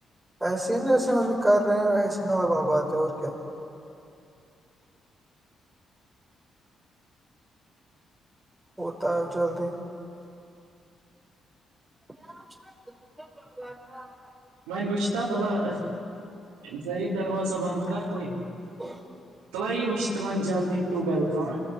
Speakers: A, on the right (about 15°); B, on the right (about 85°).
A: ایسے ہیں نا جیسے وہ بھی کر رہے ہیں ویسے ک ہو ب بات ہے اور کیا ہوتا ہے جلدی درا
B: ونی وشھتا بلاہ زذید دروازہ بند کر ہو
A: ا
B: تلائی و وہھ ت وہ جلدی ٹُوٮ۪ل کان